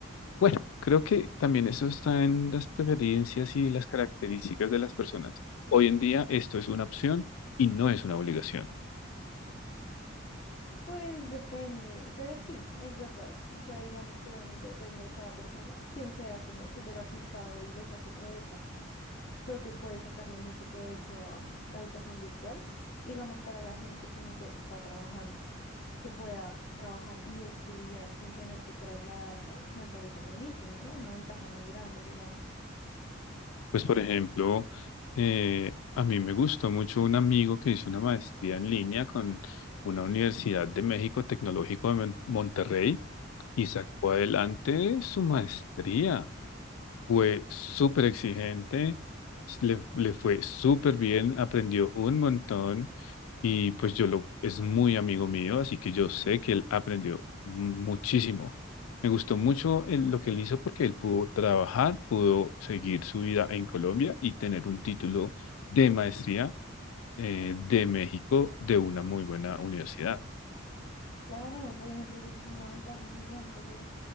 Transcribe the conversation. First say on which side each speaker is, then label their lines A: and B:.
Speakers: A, on the left; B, on the left.
A: Bueno, creo que también eso está en las preferencias y las características de las personas. Hoy en día esto es una opción y no es una obligación.
B: Pues depende, pero sí, es verdad. O sea, digamos que obviamente depende de cada persona, quien sea como súper aplicado y le saque provecho. Creo que puede sacarle mucho provecho a la educación virtual, digamos para la gente que no se está trabajando, que pueda trabajar y estudiar sin tener que trasladarse, me parece buenísimo, ¿no? Una ventaja muy grande, digamos.
A: Pues, por ejemplo, eh, a mí me gustó mucho un amigo que hizo una maestría en línea con una Universidad de México Tecnológico de Mon- Monterrey y sacó adelante su maestría. Fue súper exigente, le, le fue súper bien, aprendió un montón Y pues yo lo, es muy amigo mío, así que yo sé que él aprendió muchísimo. Me gustó mucho el- lo que él hizo porque él pudo trabajar, pudo seguir su vida en Colombia y tener un título de maestría eh, de México de una muy buena universidad.
B: Claro, por ejemplo, eso es una ventaja gigante que